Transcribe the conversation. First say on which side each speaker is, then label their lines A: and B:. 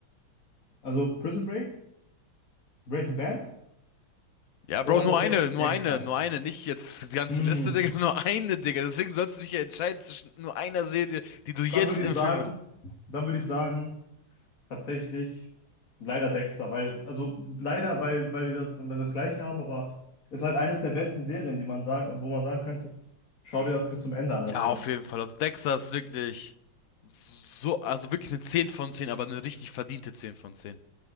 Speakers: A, on the left; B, on the left.
A: Also Prison Break, Breaking Bad
B: Ja,
A: oder
B: Bro, nur
A: tatsächlich
B: eine, nur
A: Dexter?
B: eine, nur eine, nicht jetzt die ganze
A: Hm,
B: Liste, Digga, <laughs> nur eine, Digga. Deswegen sollst du dich ja entscheiden zwischen nur einer Serie, die du jetzt
A: dann würde ich
B: empfehlen
A: sagen,
B: würdest.
A: dann würde ich sagen, tatsächlich leider Dexter, weil, also leider, weil, weil wir das dann das Gleiche haben, aber ist halt eines der besten Serien, die man sagen, wo man sagen könnte, schau dir das bis zum Ende an. Also,
B: Ja, auf jeden Fall. Also Dexter ist wirklich so, also wirklich eine 10 von 10, aber eine richtig verdiente 10 von 10.